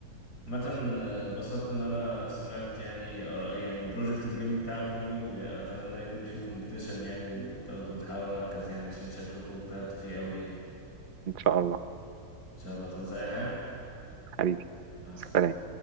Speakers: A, on the left; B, on the right.
A: مثلا آه، اتبسطت ان انا سمعت يعني آراء- يعني بروجكت الجيم بتاعك كله واتمنى يكون في كومبيتيشن يعني وتاخدوا وتحققوا مركز يعني عشان شكلكم اجتهدتوا فيه قوي يعني ان
B: ان شاء الله
A: شاء الله تعوز اي حاجة
B: حبيبي
A: مع السلامة
B: سلام